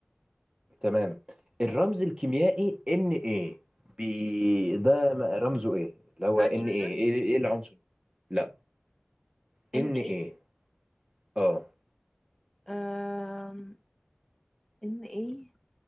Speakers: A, on the right (about 25°); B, in the centre.
A: تمام الرمز الكيميائي ان ايه بي ده م- رمزه ايه اللي هو
B: نيتروجين
A: ان ايه ايه إيه العنصر لا
B: ان
A: ان
B: اي
A: ايه اه
B: أم... ان اي